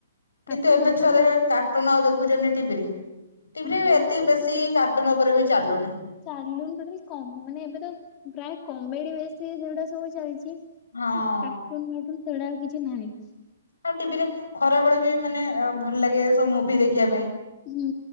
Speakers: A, on the left; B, on the left.
A: ସାତଟା
B: କିନ୍ତୁ ଏବେ ଛୁଆରୋ
A: କଲର
B: ଯୋଉ
A: ଥିବ
B: କାଟ୍ କାଟୁନ ଆଉ ଦେଖୁଚ଼ନ୍ତି ଟିଭିରେ ଟିଭିରେ
A: ହଁ ଏମାନେ
B: ଏତେ ବେଶୀ କାଟୁନି ଉପରେ ବି ଚାଲୁନି।
A: ଚାଲୁନି ଟୋଟ୍ଟାଲି କ ମାନେ ଏବେ ତ ପ୍ରାୟ କମେଡି ବେଶୀ ସେଉଡ଼ା ସବୁ ଚାଲିଚି।
B: ହଁ
A: କାର୍ଟୁନ ଫାଟୁନ ସେଗୁଡା ଆଉ କିଛି ନାହିଁ।
B: ଆଉ ଟିଭିରେ ଖରାବେଳେ ବି ମାନେ ଭଲ ଲାଗେ ସବୁ ମୁଭି ଦେଖିବା ପାଇଁ।
A: ହୁଁ